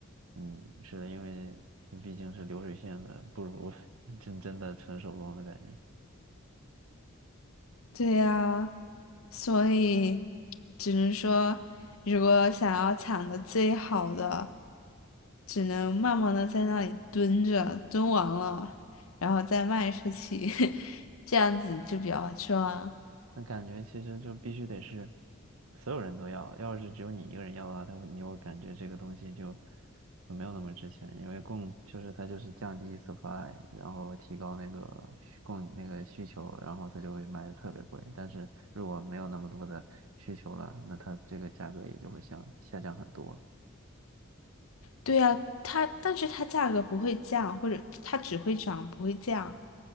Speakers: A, on the right; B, on the left.
A: 嗯，是的，因为毕竟是流水线的，不如 <laughs> 真真的纯手工的感觉。
B: 对呀，所以只能说，如果想要抢的最好的，只能慢慢的在那里蹲着，蹲完了，然后再卖出去，<laughs> 这样子就比较赚。
A: 那感觉其实就必须得是所有人都要，要是只有你一个人要的话，他会你会感觉这个东西就没有那么值钱，因为供就是它就是降低 supply，然后提高那个需供那个需求，然后它就会卖的特别贵。但是如果没有那么多的需求了，那它这个价格也就会下下降很多。
B: 对呀，它，但是它价格不会降，或者它只会涨不会降。